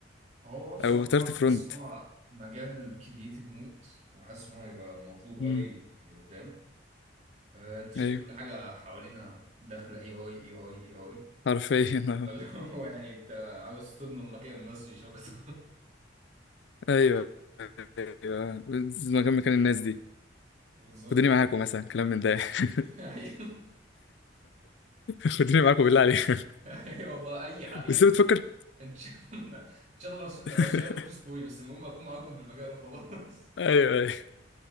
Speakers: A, on the right (about 35°); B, on the left (about 70°).
A: هو بصراحة
B: او اخترت
A: أنا
B: فرونت
A: حاسس إن هو مجال كرييتيف موت وحاسس إن هو يبقى مطلوب قوي
B: امم
A: يعني قدام آه، أنت شايف
B: ايوه
A: كل حاجة حوالينا داخلة أي أي أي أي أي أي
B: حرفيا <laughs> آه.
A: ولا <laughs> هو يعني أنت عاوز تضمن مكان بس مش أكتر
B: ايوه ايوه مكان مكان الناس دي
A: <laughs> بالظبط
B: خدوني معاكم مثلا كلام من ده <laughs>
A: <laughs> أيوه
B: خدوني معاكم بالله عليك
A: أيوه والله أي حق يعني
B: بس بتفكر
A: إن شاء الله إن شاء الله بس- لو
B: <laughs>
A: هشتغل أوفيس بوي بس المهم أكون معاكم في المجال وخلاص
B: ايوه